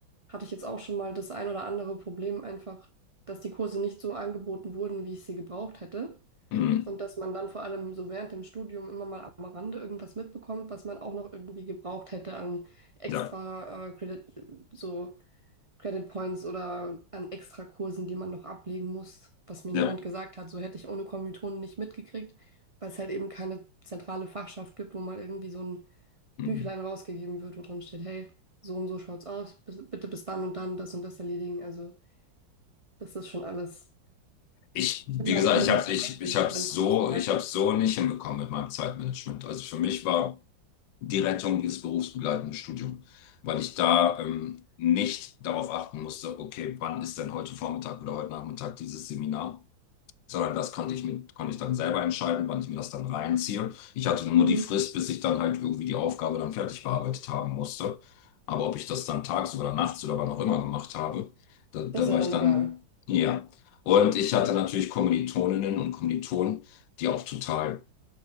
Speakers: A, on the right; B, on the left.
A: hatte ich jetzt auch schon mal das ein oder andere Problem einfach, dass die Kurse nicht so angeboten wurden, wie ich sie gebraucht hätte.
B: Hm.
A: Und dass man dann vor allem so während dem Studium immer mal am Rande irgendwas mitbekommt, was man auch noch irgendwie gebraucht hätte an extra
B: ja,
A: äh, Credit, so Credit Points oder an extra Kursen, die man noch ablegen muss, was mir
B: ja.
A: niemand gesagt hat. So hätte ich ohne Kommilitonen nicht mitgekriegt, weil es halt eben keine zentrale Fachschaft gibt, wo mal irgendwie so ein
B: Hm.
A: Büchlein rausgegeben wird, wo drin steht, hey, so und so schaut's aus, bis- bitte bis dann und dann das und das erledigen. Also das ist schon alles
B: Ich, wie
A: immer
B: gesagt,
A: ein riesen
B: ich habe ich,
A: Zeitmanagement-Kunstwerk.
B: ich hab's so, ich hab's so nicht hinbekommen mit meinem Zeitmanagement. Also für mich war die Rettung dieses berufsbegleitende Studium, weil ich da ähm, nicht darauf achten musste, okay, wann ist denn heute Vormittag oder heute Nachmittag dieses Seminar? sondern das konnte ich mit, konnte ich dann selber entscheiden, wann ich mir das dann reinziehe. Ich hatte nur
A: Mhm.
B: die Frist, bis ich dann halt irgendwie die Aufgabe dann fertig bearbeitet haben musste. Aber ob ich das dann tags oder nachts oder wann auch immer gemacht habe, da, da
A: Das ist
B: war
A: ja dann
B: ich dann,
A: egal.
B: ja. Und ich hatte natürlich Kommilitoninnen und Kommilitonen, die auch total